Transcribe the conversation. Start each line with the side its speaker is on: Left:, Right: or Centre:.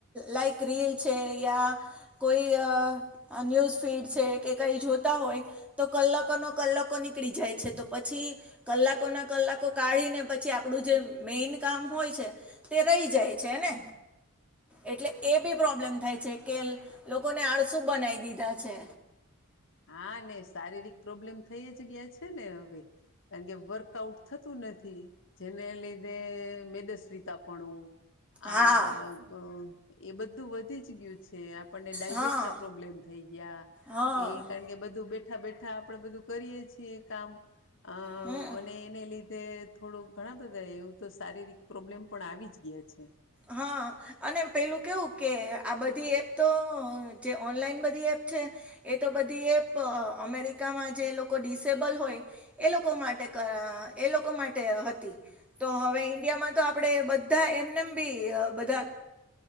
Centre: લાઈક રીલ છે યા કોઈ અ ન્યુઝ ફીડ છે કે કંઈ જોતા હોય તો કલાકોના કલાકો નીકળી જાય છે તો પછી કલાકો ના કલાકો કાઢી ને પછી આપણું જે મેન કામ હોય છે તે રહી જાય છેને એટલે એ બી પ્રોબ્લેમ થાય છે કે લોક લોકોને આળસુ બનાવી દીધા છે.
Left: હા ને શારીરિક પ્રોબ્લેમ થઈ જ ગયા છે ને હવે કારણ કે વર્કઆઉટ થતું ને નથી જેને લીધે મેદસ વિતાપણું
Centre: હા
Left: આ એ બધ ધુ વધી જ ગયું છે આપણને ડાયજેસ્ટ
Centre: હા
Left: ના પ્રોબ્લેમ થઈ ગયા
Centre: હા
Left: એ કારણ બધું બેઠા બેઠા આપણે બધું કરીયે છીએ કામ અ
Centre: હમ
Left: અને એને લીધે તે થોડું ઘણા બધા એવું તો શારીરિક પ્રોબ્લેમ પણ આવી જ ગયા છે.
Centre: હા અને પેલું કેવું કે આ બધી એપ તો જે ઓનલાઈન બધી એપ છે. એ તો બધી એપ અમેરિકામાં જે લોકો ડિસેબલ હોય એ લોકો માટે કર એ લોકો માટે હતી તો હવે ઈન્ડિયામાં તો આપણે બધા એમને બી બધા